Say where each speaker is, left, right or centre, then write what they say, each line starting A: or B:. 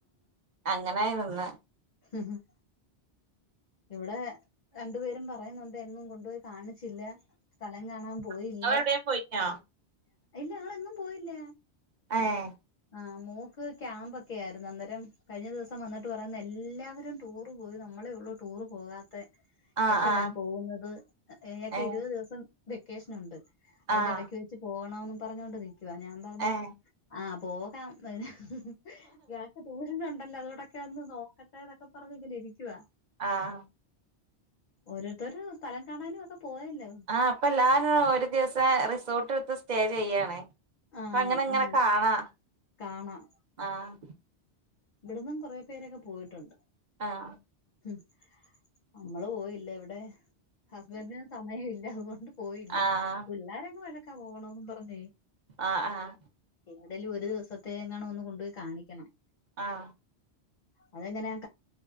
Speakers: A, on the right; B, on the left.
A: അങ്ങനെനിന്ന്
B: ഉം ഉം ഇവിടെ രണ്ടു പേരും പറയുന്നുണ്ട് എങ്ങും കൊണ്ടുപോയി കാണിച്ചില്ല സ്ഥലം കാണാൻ പോയില്ല
A: നിങ്ങളെവിടെയും പോയിനോ
B: ഇല്ല ഞങ്ങ എങ്ങും പോയില്ല
A: ഏഹ്
B: ആഹ മോക്ക് ക്യാമ്പൊക്കെ ആയിരുന്നു അന്നേരം കഴിഞ്ഞ ദിവസം വന്നിട്ട് പറയുന്ന എല്ലാവരും ടൂറ് പോയി നമ്മളെ ഉള്ളൂ ടൂറ് പോകാത്ത
A: ആഹ്
B: എപ്പഴാ
A: ആഹ്
B: പോകുന്നത് ഇയാക്ക്
A: ഏഹ്
B: ഇരുപത് ദിവസം വെക്കേഷൻ ഉണ്ട് അതിന്റെ
A: ആഹ്
B: ഇടക്ക് വെച്ച് പോകണന്ന് പറഞ്ഞൊണ്ട് നിക്കുവാ ഞാൻ പറഞ്ഞ്
A: ഏഹ്
B: ആഹ പോകാം വരാം ഇയാക്ക് ട്യൂഷൻ ഉണ്ടല്ലോ അതോടൊക്കെ ഒന്ന് നോക്കട്ടെ എന്നൊക്കെ പറഞ്ഞങ്ങനേ ഇരിക്കുവ
A: ആഹ
B: ഓരോരുത്തരു സ്ഥലം കാണാനും ഒക്കെ പോയല്ലോ
A: ആഹ് പ്പല്ലാരും ഒരു ദിവസം റിസോർട്ട് എടുത്ത് സ്റ്റേ ചെയ്യാണ്
B: ആന്ന്
A: പ്പ അങ്ങനെ ഇങ്ങനെ
B: ആഹ്
A: കാണാ
B: കാണാം
A: ആഹ്
B: ഇവിടന്നും കുറേ പേരൊക്കെ പോയിട്ടുണ്ട്
A: ആഹ്
B: ആഹ് നമ്മള് പോയില്ല ഇവിടെ ഹസ്ബൻഡിനും സമയം ഇല്ല അതുകൊണ്ട് പോയില്ല
A: ആഹ്
B: പിള്ളോരങ്ങ് വഴക്കാ പോകണോന്നും പറഞ്ഞേ
A: ആഹ് ആഹ്
B: എവിടേലും ഒരു ദിവസത്തെ എങ്ങാണ് ഒന്ന് കൊണ്ടുപോയി കാണിക്കണം
A: ആഹ്
B: അതെങ്ങനെയാ